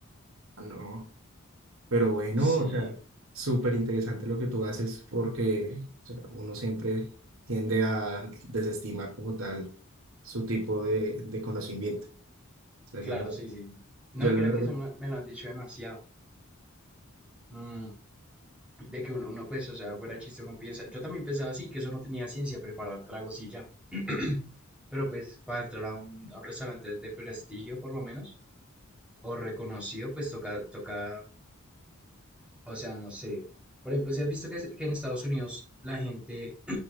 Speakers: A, on the right; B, in the centre.
A: Ah, no, pero bueno,
B: Sí,
A: o sea, súper interesante lo que tú haces porque o sea, uno siempre tiende a desestimar como tal su tipo de, de conocimiento. O sea,
B: claro,
A: yo la,
B: sí, sí. sí. No,
A: yo
B: y
A: la
B: mira
A: verdad,
B: que eso me, lo me lo han dicho demasiado. Mm, de que uno, uno, pues, o sea, fuera chiste, uno piensa, yo también pensaba así, que eso no tenía ciencia, preparar tragos y ya. <clears throat> Pero pues para entrar a un, a un restaurante de prestigio, por lo menos, o reconocido, pues toca, toca, o sea, no sé. Por ejemplo, si has visto que, es- que en Estados Unidos la gente,